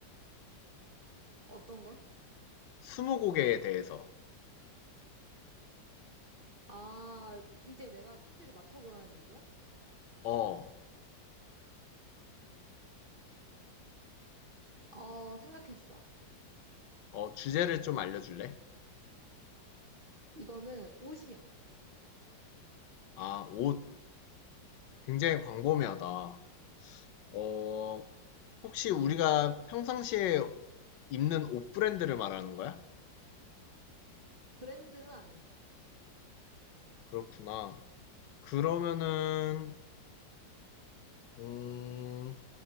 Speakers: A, on the right; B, on the left.
A: 어떤 걸?
B: 스무고개에 대해서.
A: 아, 이제 내가 퀴즈를 맞춰보라는 얘기야?
B: 어,
A: 어, 생각했어.
B: 어, 주제를 좀 알려줄래?
A: 이거는 옷이야.
B: 아, 옷. 굉장히 광범위하다. 어, 혹시 우리가 평상시에 입는 옷 브랜드를 말하는 거야?
A: 브랜드는 아니야.
B: 그렇구나. 그러면은, 음,